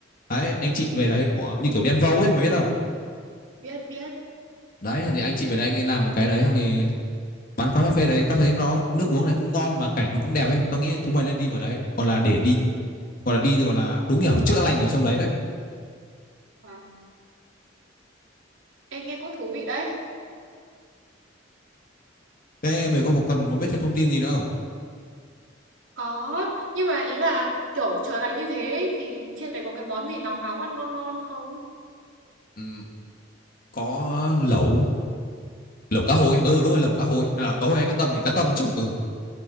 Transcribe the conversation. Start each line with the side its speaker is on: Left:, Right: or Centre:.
Left: đấy anh chị về đấy bỏ như kiểu đen vâu ấy mày biết không
Right: Biết, biết.
Left: đấy thì anh chị về đấy anh ấy làm một cái đấy xong thì bán quán cà phê đấy tao thấy nó nước uống đấy cũng ngon mà cảnh nó cũng đẹp ấy tao nghĩ chúng mày nên đi vào đấy gọi là để đi gọi là đi gọi là đúng hiểu chữa lành ở trong đấy đấy
Right: Wow. Em nghe cũng thú vị đấy.
Left: thế mày có cần muốn biết thêm thông tin gì nữa không
Right: Có. Nhưng mà ý là kiểu trời lạnh như thế ấy, thì trên đấy có cái món gì nóng nóng ăn ngon ngon không?
Left: ừ, có lẩu lẩu cá hồi ừ đúng rồi lẩu cá hồi lẩu cá hồi hay cá tầm thì cá tầm chứ ừ